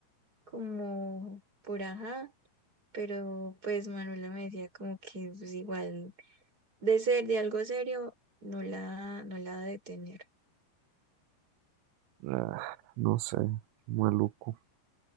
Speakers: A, on the right; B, on the right.
A: como por ajá, pero pues Manuela me decía como que pues igual. de ser de algo serio, no la, no la ha de tener.
B: ah, no sé, maluco.